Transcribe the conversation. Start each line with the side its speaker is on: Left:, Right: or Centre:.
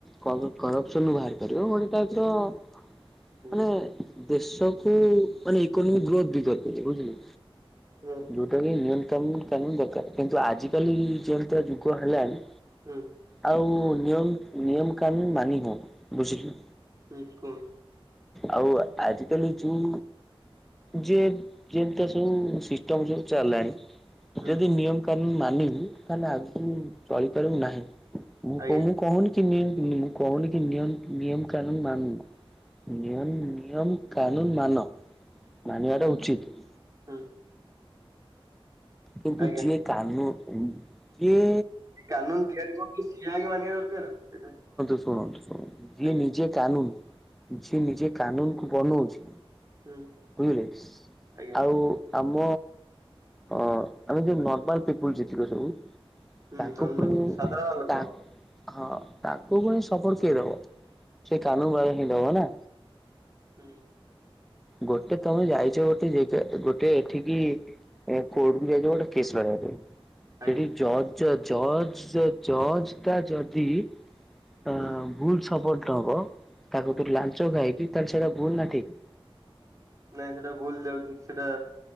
Centre: କର-କରପସନରୁ ବାହାରି ପାରିବ। <unintelligible>
Right: ହୁଁ
Centre: ମାନେ ଦେଶକୁୁ ମାନେ ଇକୋନୋମିକ ଗ୍ରୋଥ ବି କରିପାରିବ ବୁଝିଲେ।
Right: ହୁଁ।
Centre: ଯୋଉଟା କି ନିୟନ୍ତ୍ରଣ କାନୁନ କାନୁନ ଦରକାର କିନ୍ତୁ ଆଜିିକାଲି ଜିଅନ୍ତା ଯୁଗ ହେଲାଣି
Right: ହୁଁ।
Centre: ଆଉ ନିୟମ ନିୟମ କାନୁନ ମାନି ହଉନି ବୁଝିଲୁ।
Right: <unintelligible> କଣ?
Centre: ଆଉ ଆଜିକାଲି ଯୋଉ ଯେ ଯେମିତିଆ ସବୁ ସିଷ୍ଟମ ସବୁ ଚାଲିଲାଣି।
Right: ହୁଁ
Centre: ଯଦି ନିୟମ କାନୁନ ମାନିବୁ ତାହେଲେ ଆଗକୁ ଚଳିପାରିବୁ ନାହିଁ। ମୁଁ
Right: ଆଜ୍ଞା
Centre: କହୁ-କହୁନିକି ନି ମୁଁ କହୁନି କି ନିୟଲ ନିୟମ କାନୁନ ମାନୁ। ନିୟନ ନିୟମ କାନୁନ ମାନ। ମାନିବା
Right: ହୁଁ
Centre: ଟା ଉଚିତ।
Right: ହୁଁ
Centre: କିନ୍ତୁ
Right: ଆଜ୍ଞା
Centre: ଯିଏ କାନୁ ଯିଏ
Right: କାନୁନ ତିଆରି କରୁଛି ସିଏ ଆଗେ ମାନିବା ଦରକାର ସେଇଟା
Centre: ଶୁଣନ୍ତୁ ଶୁଣନ୍ତୁ ଯିଏ
Right: ଆଜ୍ଞା
Centre: ନିଜେ କାନୁନ ଯିଏ
Right: ହୁଁ
Centre: ନିଜେ କାନୁନକୁ ବନଉଛି
Right: ହୁଁ
Centre: ବୁଝିଲେ ସ
Right: ଆଜ୍ଞା
Centre: ଆଉ ଆମ ଅ ଆମେ ଯଉ ନର୍ମାଲ ପିପୁଲ ଯେତିକ ସବୁ
Right: ହୁଁ
Centre: ତାଙ୍କୁ
Right: ନର୍ମାଲ
Centre: ଫୁଣି
Right: ସାଧାରଣ ଲୋକ
Centre: ତା ହଁ ତାଙ୍କୁ ପୁଣି ସପଟ କିଏ ଦବ ସେ କାନୁନ ବାଲା ହିଁ ଦବନା।
Right: ହୁଁ।
Centre: ଗୋଟେ ତମେ ଯାଇଛ ଗୋଟେ ଯେଗା ଗୋଟେ ଏଠିକି କୋର୍ଟକୁ ଯାଇଛ ଗୋଟେ କେସ୍ ବାଡେଇବା ପାଇଁ
Right: ଆଜ୍ଞା
Centre: ସେଠି ଜଜ ଜଜ ଜଜଟା ଯଦି ଅ
Right: ହୁଁ
Centre: ଭୁଲ ସପର୍ଟ ନବ ତାକତରୁ
Right: ହୁଁ
Centre: ଲାଞ୍ଚ ଖାଇକି ତା ସେଟା ଭୁଲ ନା ଠିକ?
Right: ନାଇଁ ସେଇଟା ଭୁଲ ଯାଉଛି ସେଇଟା